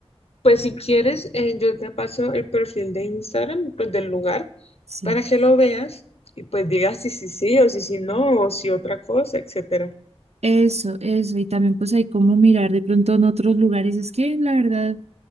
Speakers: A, on the left; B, on the right.
A: Pues si quieres, eh, yo te paso el perfil de Instagram, pues del lugar,
B: Sí.
A: para que lo veas y pues digas si sí sí o si sí no o si otra cosa, etcétera.
B: Eso, eso. Y también pues hay como mirar de pronto en otros lugares. Es que la verdad.